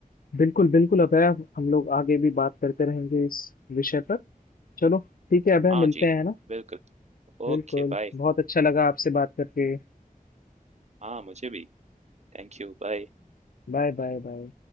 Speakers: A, on the left; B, on the right.
A: बिल्कुल बिल्कुल अभय हम लोग आगे भी बात करते रहेंगे इस विषय पर चलो ठीक है अभय
B: हाँ
A: मिलते
B: जी,
A: हैं ना
B: बिल्कुल।
A: बिल्कुल
B: Okay, bye.
A: बहुत अच्छा लगा आपसे बात करके
B: हाँ, मुझे भी। Thank you, bye.
A: Bye bye bye